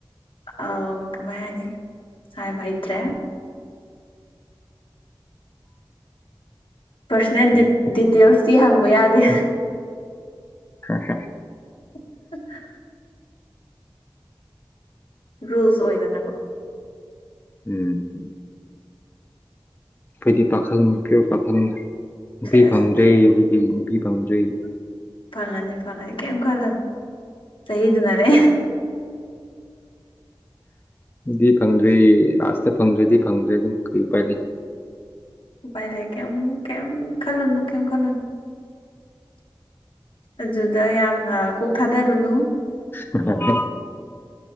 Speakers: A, on the left; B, on the left.
A: ꯑ ꯀꯃꯥꯏꯅꯤ ꯍꯥꯏꯕ ꯏꯗ꯭ꯔꯦ ꯄꯥꯔꯁꯣꯅꯦꯜ
B: ꯎꯝ
A: ꯗꯤꯇꯦꯜꯁꯇꯤ ꯍꯪꯕ ꯌꯥꯗꯦ
B: ꯍ ꯍ
A: <inaudible> ꯔꯨꯜꯁ ꯑꯣꯏꯗꯅꯀꯣ
B: ꯎꯝ ꯗꯤ ꯄꯥꯈꯪꯅꯤ ꯄꯤꯌꯣꯔ ꯄꯥꯈꯪꯄꯤꯕꯤꯕꯪꯗ꯭ꯔꯩ
A: ꯁꯦꯁ
B: ꯑꯩ ꯅꯨꯄꯤ ꯐꯥꯡꯖꯩ
A: ꯐꯪꯉꯅꯤ ꯐꯪꯉꯅꯤ ꯀꯩꯝ ꯈꯜꯂ ꯁꯩꯗꯨ ꯅꯅꯦ
B: ꯗꯤ ꯐꯪꯗ꯭ꯔꯦ ꯂꯥꯁꯇ ꯐꯪꯗ꯭ꯔꯗꯤ ꯐꯪꯗ꯭ꯔꯦ ꯑꯗꯨꯝ ꯀꯩ ꯎꯄꯥꯏꯅꯤ
A: ꯎꯥꯏ ꯂꯩ ꯀ ꯀ ꯈꯜꯣꯟ ꯀꯃ ꯈꯜꯣꯟ ꯑꯗꯨꯗ ꯌꯥꯝꯅ ꯀꯣꯛ ꯊꯥꯗꯔꯨꯅꯨ
B: ꯑꯣ